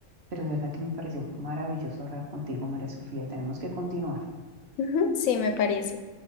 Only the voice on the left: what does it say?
Ujú, Sí, me parece.